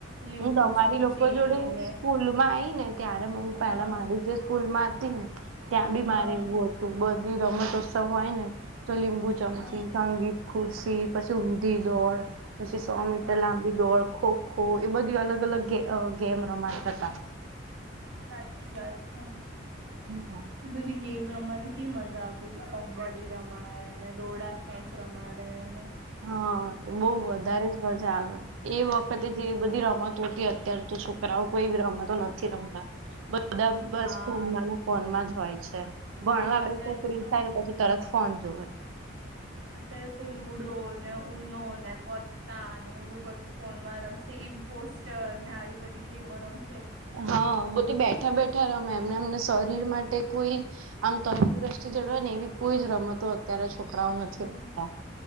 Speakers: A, on the right; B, on the right.
A: લીંબુ
B: હું તમારી
A: ચમચી
B: લોકો જોડે
A: ને
B: સ્કૂલ માં આવીઈ ને ત્યારે હું પેલા
A: હા
B: મારી જે સ્કૂલ માં હતી ને ત્યાં બી
A: હા
B: મારે એવું હતું બધી રમતોત્સવ હોય, ને તો લીંબુ મ
A: હા
B: સંગીત ખુરશ પછી ઊંધી દોડ પછી સો મીટર
A: હા
B: લાંબ દોડ ખોખો એ બધી અલગ અલગ ગેમ રમાતા હતા.
A: સાચી વાત છે.
B: હા
A: એ બધી ગેમ રમાને ક મજા આવતી હતી કબડ્ડી રમાડે ને દોડા ખેંચ રમાડેને
B: હા બઉ વધારે જ મજા આવે એ વખતે જે બધી રમતો હતી અત્યાર છોકરાઓ કોઈી રમેતો નથી રમતા બધા બસ
A: હા
B: ફોન ફોન માં જ હોય છે ભણવા
A: હા અત્યારે
B: બેસે ફ્રી
A: તો
B: થાય ને પછી તરત ફોન જોુવે
A: અત્યારે તો લુડો ને ઉઊનો ને પો તાને એવું બધું ફોનમાં રમશે ઈમ પોસ્ટર ને આવી બધી ગેમો રમશે
B: હા બધી બેઠા બેઠા રમે એમને એમને શરીર માટે કોઈ આમ તંદુરસ્તી જડવાય ને એવી કોઈ જ રમતો અત્યારે છોકરાઓ નથી
A: તો
B: રમતા